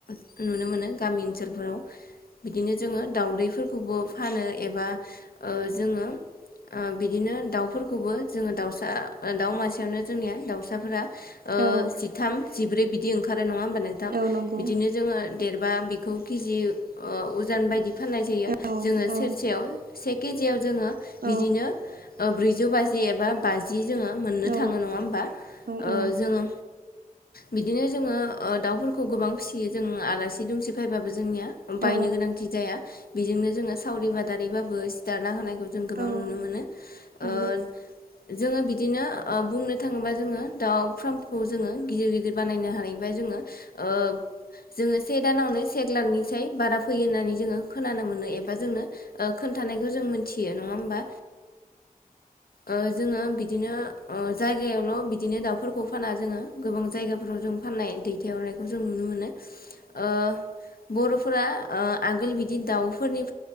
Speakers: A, on the left; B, on the right.
A: नुनो मोनो गामि ओनसोलफोराव बिदिनो जोङो दाउदैफोर आबाव फानो एबा ओ जोङो बिदिनो दावफोरखौ खौबो जोङो दाउसा दाउमासेयावनो जोंनिया दाउसाफोरा ओ
B: औ
A: जिथाम जिब्रै बिदि ओंखारो नङा होनबा थां
B: औ नंगौ
A: बिदिनो जोङो देरबा बेखौ केजि उजन बायदि फाननाय जायो।
B: नंगौ औ
A: जोङो
B: औ
A: सेरसेयाव से केजियाव जोङो
B: औ
A: बिदिनो ओ ब्रैजौ बाजि एबा बाजि जोङो मोन
B: औ
A: थाङो नङा होमबा
B: नंगौ औ
A: ओ
B: औ
A: जोङो बिदिनो जोङो ओ दाउफोरखौ गोबां फिसियो जों आलासि दुमसि फायबाबो जोंनिया बायनो
B: औ
A: गोनांथि जाया बेजोंनो जोङो सावरि बादारिबाबो सिथारना होनायखौ जों गोबां
B: औ
A: नुनो मोनो ओ
B: औ
A: जोङो बिदिनो ओ बुंनो थाङोबा जोङो दाउ फार्मखौ जोङो गिदिर गिदिर बानायनो हानायबा जोङो ओ जोङो से दानावनो सेक लाखनिसाय बारा फैयो होननानै जोङो खोनानो मोनो एबा जोंनो ओ खोन्थानायखौ जों मिथियो नङा होमबा ओ जोङो बिदिनो ओ जायगायावल' बिदिनो दाउफोरखौ फाना जोङो गोबां जायगा फोराव जों फाननाय दैथायहरनायखौ जों नुनो मोनो ओ बर'फोरा ओ आगोल बिदि दाउफोरनि